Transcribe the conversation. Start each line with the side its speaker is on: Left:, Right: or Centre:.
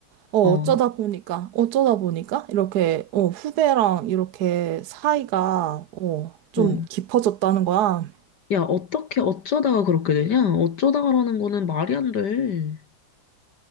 Right: 어,
Left: 어,
Right: 어쩌다 보니까, 어쩌다 보니까, 이렇게, 어, 후배랑 이렇게 사이가, 어, 좀
Left: 어.
Right: 깊어졌다는 거야.
Left: 야, 어떻게, 어쩌다가 그렇게 되냐? 어쩌다가라는 거는 말이 안 돼.